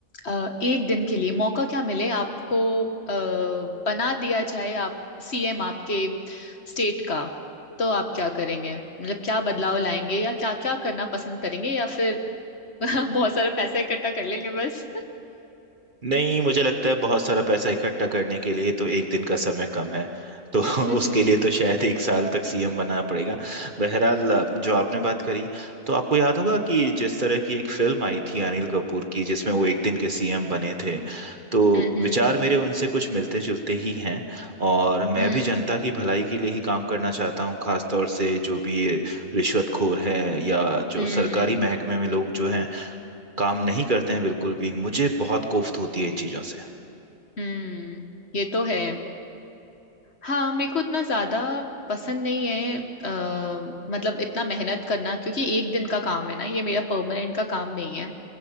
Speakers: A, on the left; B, on the right.
A: अ, एक दिन के लिए मौका क्या मिले आपको अ, बना दिया जाए आप सीएम आपके स्टेट का तो आप क्या करेंगे मतलब क्या बदलाव लाएंगे या क्या क्या करना पसंद करेंगे या फिर <laughs> बहुत सारा पैसा इकट्ठा कर लेंगे बस
B: नहीं मुझे लगता है बहुत सारा पैसा इकट्ठा करने के लिए तो एक दिन का समय कम है तो <laughs>
A: <laughs>
B: उसके लिए
A: हम्म
B: तो शायद एक साल तक सीएम बनना पड़ेगा बहरहाल जो आपने बात करी तो आपको याद होगा कि जिस तरह की एक फिल्म आई थी अनिल कपूर की जिसमें वो एक दिन के सीएम बने थे तो
A: हम्म हम्म
B: विचार मेरे उनसे कुछ मिलते जुलते ही हैं और मैं
A: हम्म
B: भी जनता की भलाई के लिए ही काम करना चाहता हूँ खासतौर से जो भी ये रिश्वतखोर है या जो
A: हम्म
B: सरकारी महकमे में लोग जो हैं काम नहीं करते हैं बिल्कुल भी मुझे बहुत कोफ्त होती है इन चीज़ों से
A: हम्म, ये तो है हाँ मेरे को इतना ज्यादा पसंद नहीं है अ, मतलब इतना मेहनत करना क्योंकि एक दिन का काम है ना ये मेरा परमानेंट का काम नहीं है